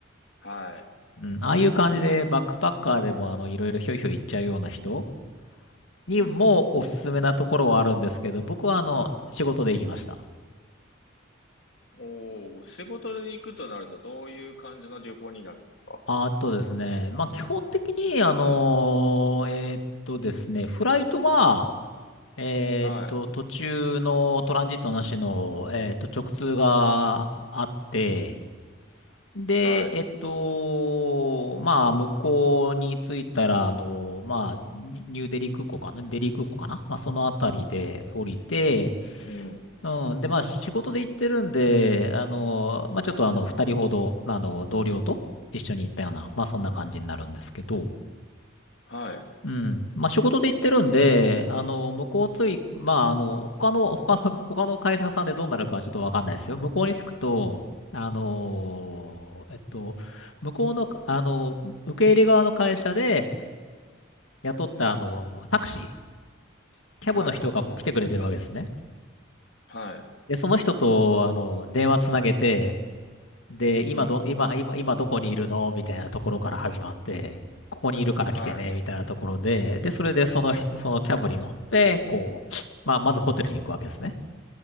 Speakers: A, on the left (about 60°); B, on the left (about 80°).
A: はい。
B: うん、ああいう感じで、バックパッカーでも、あの、いろいろひょいひょい行っちゃうような人にもおすすめなところはあるんですけど、
A: うん。
B: 僕は、あの、仕事で行きました。
A: おお仕事で行くとなるとどういう感じの旅行になるんですか
B: あとですね、まあ、基本的に、あのーえーっとですね、フライトは、えーっと、
A: はい、
B: 途中のトランジットなしの、えーっと、直通があって、で、
A: は
B: えっと、まあ、向こうに着いたら、あの、まあ、ニニューデリー空港かなデリー空港かなまあ、そのあたりで降りて、
A: い、うん、
B: うん。で、まあ、仕事で行ってるんで、あの、まあ、ちょっとあの、二人ほど、まああの、同僚と一緒に行ったような、まあ、そんな感じになるんですけど、
A: はい、
B: うん。まあ、仕事で行ってるんで、あの、向こうつい、まあ、あの、他の、他の、他の会社さんでどうなるかはちょっとわかんないですよ。向こうに着くと、あの、えっと、向こうの、あの、受け入れ側の会社で雇った、あの、タクシー、キャブの人がこう来てくれてるわけですね。
A: はい、はい、
B: で、その人と、あの、電話つなげて、で、今ど、
A: うん、
B: 今、今、今どこにいるのみたいなところから始まって、ここにいるから来てね、
A: はい、
B: みたいなところで、で、それでその、そのキャブに乗って、こう、まあ、まずホテルに行くわけですね。